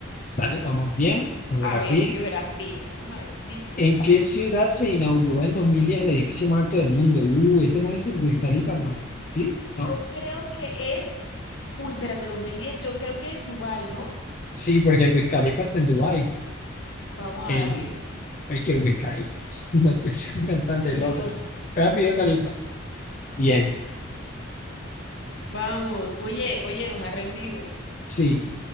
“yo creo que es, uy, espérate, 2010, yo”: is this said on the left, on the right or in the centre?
Left